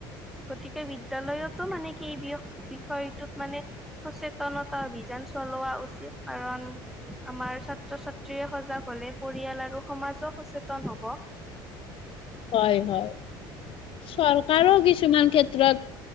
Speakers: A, in the centre; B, on the left.
A: গতিকে বিদ্যালয়তো মানে কি এই বি বিষয়টোত মানে সচেতনতা অভিযান চলোৱা উচিত কাৰণ আমাৰ ছাত্ৰ ছাত্ৰীয়ে সজাগ হলে পৰিয়াল আৰু সমাজক সচেতন তোন হব
B: হয় হয় চৰকাৰো কিছুমান ক্ষেত্ৰত